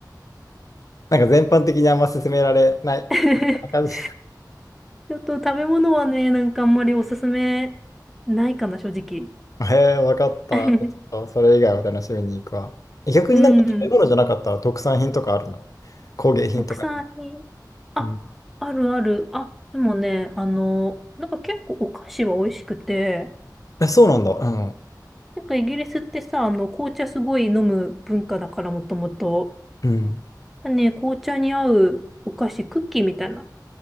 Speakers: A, on the left; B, in the centre.
A: <laughs> なんか全般的にあんま勧められない。
B: <laughs>
A: <laughs> そんな感じ。
B: ちょっと食べ物はね、なんかあんまりおすすめないかな、正直。
A: ええわかった。
B: <laughs>
A: ちょっとそれ以外を楽しみに行くわ。逆になんか食べ物じゃなかったら特産品とかあるの工芸品とか。
B: うん、国産品。あ、
A: うん。
B: あるある。あ、でもね、あの、なんか結構お菓子は美味しくて、
A: え、そうなんだ。うん。
B: なんかイギリスってさ、あの、紅茶すごい飲む文化だからもともと。
A: うん。
B: ね、紅茶に合うお菓子、クッキーみたいな。